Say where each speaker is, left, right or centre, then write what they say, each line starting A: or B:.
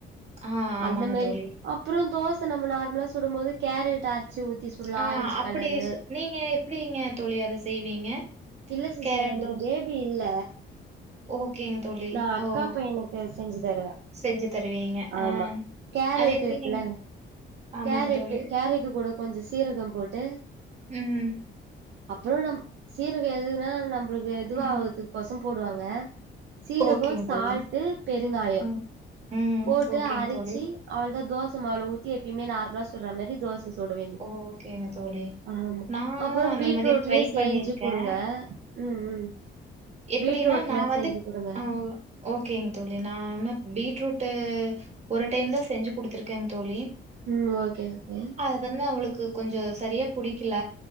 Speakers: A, on the right; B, on the right.
A: ஆ ஆமாங்க
B: அந்த மேரி
A: தோழி.
B: அப் றோ தோச நம்ம நார்மலா சுடு போது கேரட் அரச்சு ஊத்தி சுடலா
A: ஆ
B: ஆரஞ்சு
A: அப்படி
B: கலரு
A: சு நீங்க எப்டிங்க தோழி அத செய்வீங்க
B: இல்ல சிஸ்டர்
A: கேரட்
B: எனக்கு
A: தோஸ்
B: பேபி இல்ல
A: ஓகேங்க தோழி.
B: நா அக்காப்பையனுக்கு
A: ஓ! ம்.
B: செஞ்சு தருவ
A: செஞ்சு தருவீங்க.
B: ஆமா
A: ஆ
B: கேரட்டு
A: அது எப்படி
B: இருக்குல்ல
A: நீங்க ஆமாங்க
B: கேரட்டு்
A: தோழி.
B: கேரட்டு் கூட கொஞ்ச சீரகம் போட்டு
A: ம்
B: அப்றோ நம் சீரக எதுன்னா நம்மளுக்கு இதுவாதுக்கு
A: ம்.
B: கொச போடுவாங்க சீரக
A: ஓகேங்க
B: சால்ட்டு
A: தோழி.
B: பெருங்காயு
A: ம். ம்.
B: போட்டு
A: ஓகேங்க
B: அரச்சி
A: தோழி.
B: அவ்ளோதா தோச மாவுல ஊத்தி எப்பயுமே நார்மலா சுட்ற மேரி தோச சுட வேண்டியது
A: ஓகேங்க தோழி.
B: ஆமா
A: நானும்
B: அப்றோ
A: அந்த
B: பீட்
A: மாரி
B: ட்லே
A: ட்ரை
B: செஞ்சு
A: பண்ணியிருக்கேன்.
B: குடுங்க ம் ம்
A: எப்படின்னா,
B: பீட்ரூட்ல
A: நான்
B: செஞ்சு
A: வந்து
B: குடுங்க
A: ஆ ஓகேங்க தோழி நா என்ன பீட்ரூட்டு் ஒரு டைம் தா செஞ்சு குடுத்துருக்க தோழி
B: ம் ஓகேங்க தோழி
A: அது வந்து அவுங்களுக்கு கொஞ்ச செரியா புடிக்கல